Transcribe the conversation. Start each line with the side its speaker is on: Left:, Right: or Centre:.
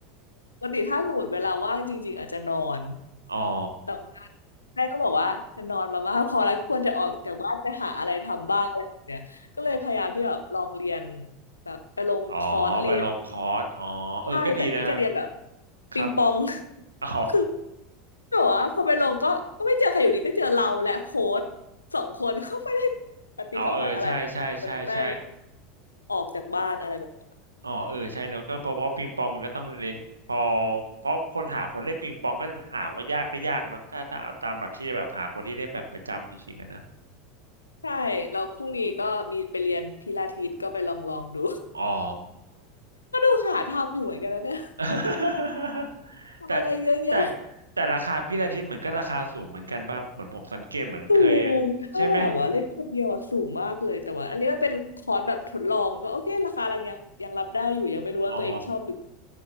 Left: ปกติถ้าสมมติเวลาว่างจริงๆอาจจะนอน
Right: <laughs> อ๋อ
Left: แต่ว่าแม่ก็บอกว่าจะนอนมามากพอแล้วควรจะออกจากบ้านไปหาอะไรทำบ้างอะไรแบบเนี้ยก็เลยพยายามที่แบบลองเรียนแบบไปลงคอร์สเรียน
Right: <laughs> อ๋อไปลงคอร์สอ๋อเออก็ดีนะครับ
Left: ใช่แต่นี่จะเรียนแบบ
Right: ครับ
Left: ปิงปอง
Right: <laughs> อ๋อ
Left: <laughs> คือแต่ว่าพอไปลงก็ก็ไม่เจอใครอยู่ดีก็เจอเราและโค้ชสองคนเขาไม่ได้ปฏิสัมพันธ์อะไรแต่มันก็ได้
Right: อ๋อเออใช่ใช่ใช่ใช่
Left: ออกจากบ้านอะไรแบบเนี้ย
Right: อ๋อเออใช่เนอะก็เพราะเพราะปิงปองมันก็ต้องเล่นพอเพราะคนหาคนเล่นปิงปองก็หาว่ายากก็ยากเนาะถ้าถ้าเอาตามหลักที่แบบหาคนที่เล่นแบบประจำจริงๆอะนะ
Left: ใช่แล้วพรุ่งนี้ก็มีไปเรียนพิลาทิสก็ไปลองลองดู
Right: อ๋อ
Left: <laughs> ก็ดูหาทำอยู่เหมือนกันนะเนี่ย
Right: <laughs>
Left: ทำอะไรเยอะแยะ
Right: แต่แต่แต่ราคาพี่อาทิตย์เหมือนก็ราคาสูงเหมือนกันป่ะเหมือนผมสังเกตเหมือนเคย
Left: สูงถ้าแบบว่าเล่นคนเดียวอะสูงมากเลยแต่ว่าอันนี้มันเป็นคอร์สแบบทดลองก็โอเคราคายังยังยังรับได้อยู่ยังไม่รู้ว่าตัวเองชอบหรือ
Right: ใช่ไหม อ๋อ